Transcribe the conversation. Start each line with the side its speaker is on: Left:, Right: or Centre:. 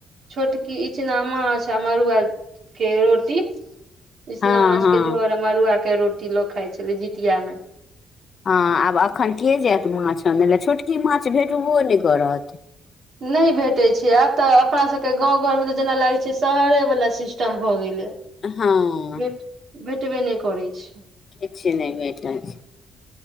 Right: छोटकी इचना माछ आ मड़ुआ के रोटी इचना
Left: हँ
Right: माछ
Left: हँ
Right: के झोर मड़ुआ के रोटी लोग खाय छले जीतिया में
Left: हँ आब एखन के जायत माछ अनै लए छोटकी माछ भेटबो नहि करत
Right: नहि भेटैत छै आब तऽ अपनासभके गाँव घरमे तऽ जेना लागैत छै शहरेवला सिस्टम भऽ गेलै
Left: हँ
Right: भेट भेटबे नहि करै छै
Left: किछु नहि भेटे छै